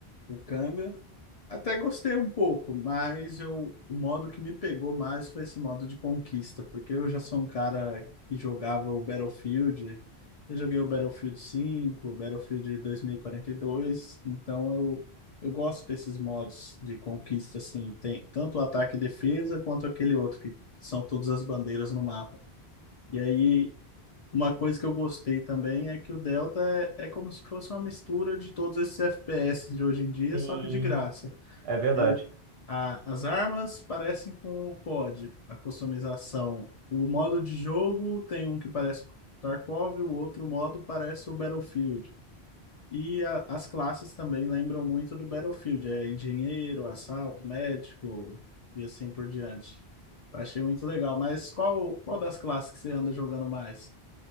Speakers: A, on the left; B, on the right.
A: o Kanga, Até gostei um pouco, mas eu, o modo que me pegou mais foi esse modo de conquista, porque eu já sou um cara que jogava o Battlefield. Eu joguei o Battlefield 5, o Battlefield dois, mil e quarenta e dois, então eu, eu gosto desses modos de conquista, assim, tem tanto o ataque e defesa quanto aquele outro, que, que são todas as bandeiras no mapa. E aí, uma coisa que eu gostei também é que o Delta é, é como se fosse uma mistura de todos esses FPS de hoje em dia,
B: Sim,
A: só que de graça.
B: É verdade.
A: Ele, a- as armas parecem com o COD, a customização. O modo de jogo tem um que parece com o Tarkov, o outro modo parece o Battlefield. E a- as classes também lembram muito do Battlefield, é engenheiro, assalto, médico e assim por diante. Eu Achei muito legal, mas qual, qual das classes que você anda jogando mais?